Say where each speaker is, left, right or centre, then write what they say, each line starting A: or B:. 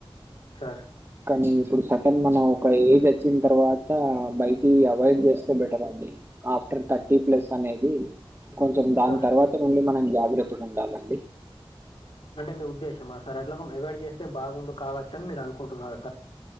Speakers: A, on the left; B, on the right.
A: సార్
B: కానీ ఇప్పుడు సటన్ మన ఒక ఏజ్ వచ్చిన తర్వాత బయటి అవాయిడ్ చేస్తే బెటర్ అండి ఆఫ్టర్ థర్టీ ప్లస్ అనేది కొంచెం దాని
A: సార్
B: తర్వాత నుండి మనం జాగ్రత్తగా ఉండాలి
A: అంటే మీ ఉద్దేశమా సార్ అట్లో అవాయిడ్ చేస్తే బాగుండు కావచ్చ అని మీరు అనుకుంటున్నారు